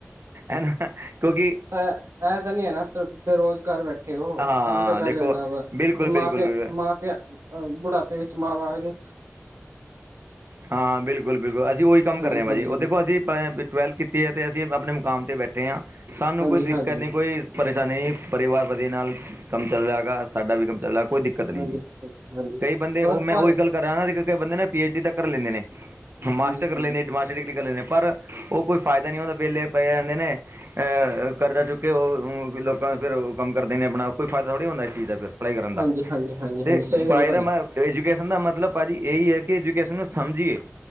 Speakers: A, on the right; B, on the right.
A: ਐ ਨਾ ਕਿਉਂਕਿ
B: ਐ, ਐ ਤੇ ਨੀ ਹੈਗਾ ਬੇ ਬੇਰੁਜ਼ਗਾਰ ਬੈ ਠੇ ਓ
A: ਹਾਂ
B: ਕੰਮ ਤਾਂ ਕਰ
A: ਦੇਖੋ
B: ਰੇ ਓ ਨਾ ਵ
A: ਬਿਲਕੁਲ
B: ਕੇ ਮਾਂ
A: ਬਿਲਕੁਲ
B: ਪਿਆ,
A: ਬਿਲਕੁਲ
B: ਮਾਂ ਪਿਆ ਅ ਬੁਢਾਪੇ ਵਿੱਚ ਮਾਂ ਬਾਪ ਨੇ
A: ਹਾਂ ਬਿਲਕੁਲ-ਬਿਲਕੁਲ ਅਸੀ ਓਈ ਕੰਮ
B: ਹਾਂਜੀ
A: ਕਰ ਰੇ ਆਂ ਪਾਜੀ।
B: ਹਾਂਜੀ
A: ਓ ਦੇਖੋ ਅਜੇ ਵੀ ਪਾਏਆ ਟਵੈਲਥ ਕੀਤੀ ਏ ਤੇ ਅਸੀ ਆਪਣੇ ਮੁਕਾਮ 'ਤੇ ਬੈਠੇ ਆਂ। ਸਾਨੂੰ
B: ਹਾਂਜੀ
A: ਕੋਈ ਦਿੱਕਤ
B: ਹਾਂਜੀ
A: ਨੀ ਕੋਈ ਪਰੇਸ਼ਾਨੀ ਨੀ। ਪਰਿਵਾਰ ਵਦੀਏ ਨਾਲ ਕੰਮ ਚੱਲ ਰਿਆ ਹੈਗਾ। ਸਾਡਾ ਵੀ ਕੰਮ ਚੱਲਦਾ ਕੋਈ ਦਿੱਕਤ ਨੀ
B: ਹਾਂਜੀ
A: ਜੀ।
B: ਹਾਂਜੀ
A: ਕਈ ਬੰਦੇ
B: ਹੋਰ
A: ਓ ਮੈਂ
B: ਭਾਈ
A: ਓਈ ਗੱਲ ਕਰਾਂ <unintelligible> ਤੇ ਬੰਦੇ ਨੇ ਪੀ ਐਚ ਡੀ ਤੱਕ ਕਰ ਲੇਂਦੇ ਨੇ, ਮਾਸਟਰ
B: ਹਾਂਜੀ
A: ਕਰ
B: ਹਾਂਜੀ
A: ਲੈਂਦੇ, ਮਾਸਟਰ ਦੀ ਡਿਗਰੀ ਕਰ ਲੈਂਦੇ ਪਰ ਓ ਕੋਈ ਫਾਇਦਾ ਨੀ ਓ ਨੇ ਵੇਲੇ ਪਏ ਰੇਂਦੇ ਨੇ। ਅ ਕਰਜ਼ਾ ਚੁੱਕ ਕੇ ਓ ਹੰ ਫਿਰ ਲੋਕਾਂ ਨੂੰ ਫਿਰ ਓ ਕੰਮ ਕਰਦੇ ਨੇ ਆਪਣਾ ਕੋਈ ਫਾਇਦਾ ਥੋੜ੍ਹੀ ਹੁੰਦਾ ਇਸ ਚੀਜ਼ ਦਾ ਫੇਰ। ਪੜ੍ਹਾਈ ਕਰਨ ਦਾ
B: ਹਾਂਜੀ ਹਾਂਜੀ ਹਾਂਜੀ
A: ਤੇ
B: ਹਾਂਜੀ ਸਹੀ
A: ਪੜ੍ਹਾਈ
B: ਗੱਲ ਹੈ ਭਾਜੀ
A: ਦਾ ਮੈਂ ਐਜੂਕੇਸਨ ਦਾ ਮਤਲਬ ਪਾਜੀ ਏਈ ਐ ਕਿ ਐਜੂਕੇਸਨ ਨੂੰ ਸਮਝੀਏ।